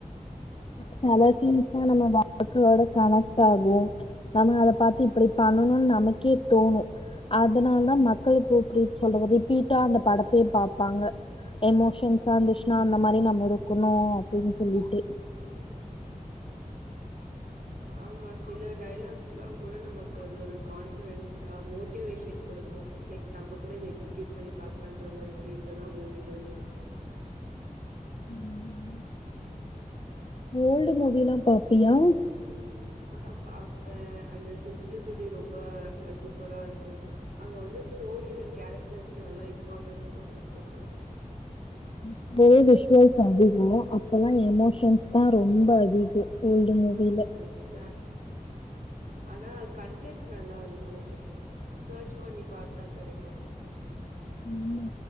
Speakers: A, on the left (about 40°); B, on the right (about 70°).
A: செல சீன்ஸ்லாம் நம்ம வாழ்க்கையோட கனெக்ட் ஆகும் நம்ம அத பாத்து இப்படி பண்ணணும்னு நமக்கே தோணும் அதனால தானால மக்கள் இப்போ சொல்றது ரிப்பீட்டா அந்த படத்தையே பாப்பாங்க எமோஷன்ஸா இருந்துச்சுனா அந்த மாரி நம்ம இருக்கணும் அப்டின்னு சொல்லிட்டு
B: ஆமா சில டைலாக்ஸ் எல்லாம் கூட நமக்கு வந்து ஒரு கான்பிடன்ட்ஹி மோட்டிவேஷன் கொடுக்கும் லைக் நம்ம கூட எக்ஸிக்யூட் பண்ணி பாக்கலாம்ற மாரி சீன்ஸ் எல்லாம் மூவில இருக்கோ
A: சொல்லிட்டு ஓல்டு மூவி எல்லா பாப்பியா
B: ஆஹ் பாப்பே அந்த சிம்ப்ளிசிட்டி ரொம்ப சூப்பரா இருக்கும் அங்க வந்து ஸ்டோரிஸ் அண்ட் கேரக்டர்ஸ்க்கு நல்லா இம்பார்ட்டன்ஸ் குடுத்தருப்பாங்க
A: இப்போ விஷுவல்ஸ் அதிகோ அப்பல்லா எமோஷன்ஸ் தான் ரொம்ப அதிகோ ஓல்டு மூவில
B: ஆஹ் எக்ஸ் ஆனா கன்டன்ட் நல்லா இருக்கும் சர்ச் பண்ணி பாத்தா கெடைக்கும்
A: ஆமா